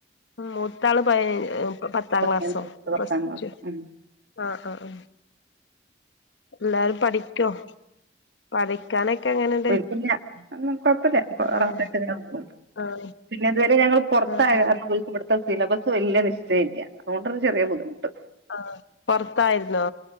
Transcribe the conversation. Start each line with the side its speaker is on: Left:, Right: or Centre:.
Left: മുത്താള് പ പത്താം
Right: വയസ്സ്
Left: ക്ലാസ്സോ
Right: പത്താം
Left: പ്ലസ്
Right: ക്ലാസ്
Left: ടു
Right: ഉം
Left: ആഹ് ആഹ് ആഹ് എല്ലാരും പഠിക്കൊ പഠി കാനെക്കെങ്ങനെ
Right: കൊയപ്പില്ല കാരണം കൊഴപ്പില്ല
Left: ആഹ്
Right: റാഹത്തായിട്ട് ഇങ്ങനങ്ങ് പോകുന്നു
Left: ആഹ്
Right: പിന്നെ ഇതുവരെ ഞങ്ങൾ പുറത്തായകാരണ
Left: ആഹ് ആഹ്
Right: ഇബൽക്ക് ഇവടെ ഇപ്പ സിലബസ് വലിയ നിശ്ചയമില്ല അതുകൊണ്ട് ഒരു ചെറിയ ബുദ്ധിമുട്ട്
Left: ആഹ് പൊറത്തായിരുന്നോ